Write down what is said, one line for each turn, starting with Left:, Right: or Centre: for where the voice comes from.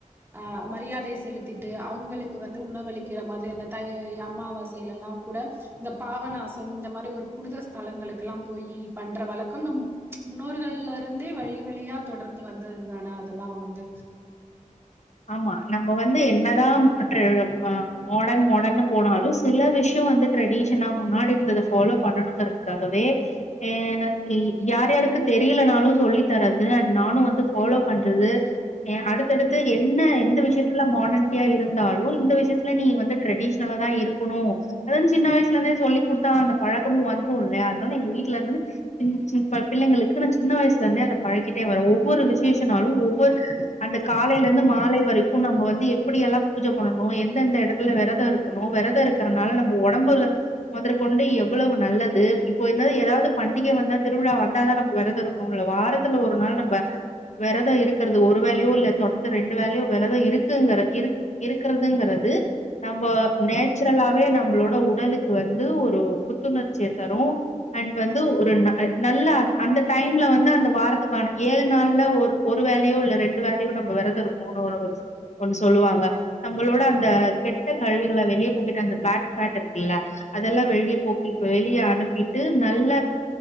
Right: ஹ மரியாதை செலுத்திட்டு அவுங்களுக்கு வந்து உணவளிக்கிற மாரி அந்த தை அமாவாசையில்லலாங் கூட இந்த பாவநாசம் இந்த மாரி ஒரு புனித ஸ்தலங்களுக்குல்லா போயி பண்ற வழக்கம் நம் முன்னோர்கள்ல இருந்தே வழி வழியா தொடர்ந்து வந்து தது தானா அதுல்லா வந்து
Left: ஆமா நம்ம வந்து என்னதான் ட்ரெ மாடர்ன் மாடர்னு போனாலும் சில விஷய வந்து ட்ரெடிஷனா முன்னாடி இருந்தத ஃபாலோ பண்ணணுங்கறதுகாகவே ஏ யார் யாருக்கு தெரியலனாலும் சொல்லி தரது அண்ட் நானு வந்து ஃபாலோ பண்றது ஏ அடுத்தடுத்து எ என்ன எந்த விஷயத்துல மாடன்டியா இருந்தாலும் இந்த விஷயத்துல நீ வந்து ட்ரெடிஷனல தா இருக்கணு அதந்து சின்ன வயிசுல இருந்தே சொல்லி குடுத்தா அந்த பழக்கமும் வந்துரும் இல்லயா அதுனால எங்க வீட்ல இருந்து சின் ப பிள்ளைங்களுக்கு நா சின்ன வயிசுல இருந்தே அத பழகிட்டே வரேன் ஒவ்வொரு விசேஷனாலும் ஒவ்வொரு அந்த காலை வந்து மாலை வரைக்கும் நம்ம வந் எப்பிடி எல்லா பூஜை பண்ணணும் எந்தெந்த எடத்துல விரத இருக்கணு விரத இருக்கறனால நம்ம ஒடம்புல முதர் கொண்டு எவ்ளவு நல்லது இப்போ இந்தாது ஏதாவுது பண்டிகை வந்தா திருவிழா வந்தாதா நம்ம விரத இருக்கணு இல்ல வாரத்துல ஒரு நாள் நம்ப விரதோ இருக்கறது ஒரு வேலையோ இல்ல தொடர் இந்த ரெண்டு வேலையு விரத இருக்குங்கற இருக் இருக்கறதுங்கறது நம்ம நேச்சுரலாவே நம்மளோட உடலுக்கு வந்து ஒரு புத்துணர்ச்சிய தரும் அண்ட் வந்து ஒரு நாள் நல்லா அந்த டைம்ல வந்து அந்த வாரத்துக்கான ஏழ் நாள்ல ஒரு ஒரு வேலையோ இல்ல ரெண்டு வேலையோ நம்ம விரத் த இருக்கனு ஓனோ ஒன்னு சொல்லுவாங்க நம்மளோட அந்த கெட்ட கழிவுகள வெளிய போக்கிட்டு அந்த பேட் ஃபேட் இருக்குல்ல அதெல்லா வெளிய போக்கி வெளியே அனுப்பிட்டு நல்ல